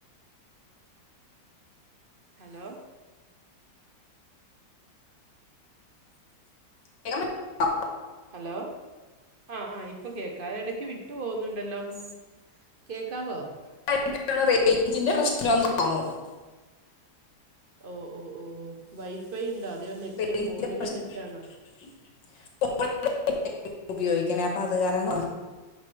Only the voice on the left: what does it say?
കേക്കാ പറ്റിയില്ല
എ റേഞ്ചിന്റെറെ പ്രശ്നം എെന്ന് തോന്നുന്നു <inaudible>
റേഞ്ചിന്റെ
പ്രശ്നം
<unintelligible> ഉപയോഗിക്കണേ അപ്പം അതു കാരണം